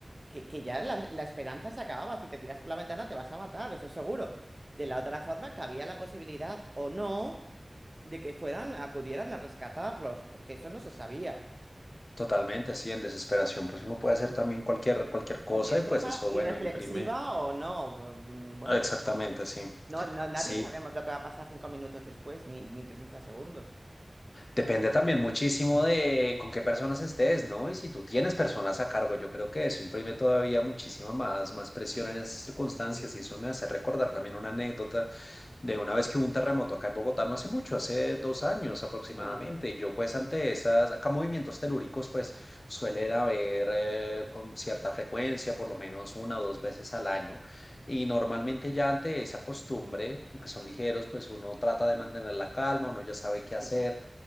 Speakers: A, on the right; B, on the left.
A: que- que ya la, la esperanza se acababa. Si te tiras por la ventana te vas a matar, eso es seguro. De la otra forma, que había la posibilidad o no de que fueran, acudieran a rescatarlos, porque eso no se sabía.
B: totalmente, así en desesperación. Pues uno puede hacer también cualquier, cualquier cosa
A: Cualquier
B: y
A: cosa
B: pues eso,
A: irreflexiva
B: bueno, imprime.
A: o no, mm, bueno.
B: Ah, Exactamente, sí.
A: No, no, nadie
B: Sí,
A: sabemos lo que va a pasar cinco minutos después, ni, ni treinta segundos.
B: depende también muchísimo de con qué personas estés, ¿no? Y si tú tienes personas a cargo, yo creo que eso imprime todavía muchísima más, más presión en esas circunstancias
A: Sí,
B: y eso me hace recordar también una anécdota de una vez que hubo un terremoto acá en Bogotá no hace mucho, hace dos años aproximadamente.
A: sí.
B: Y yo pues ante esas, acá movimientos telúricos pues suelen haber eh, con cierta frecuencia, por lo menos una o dos veces al año. Y normalmente ya ante esa costumbre, aunque son ligeros, pues uno trata de mantener la calma, uno ya sabe qué hacer
A: sí.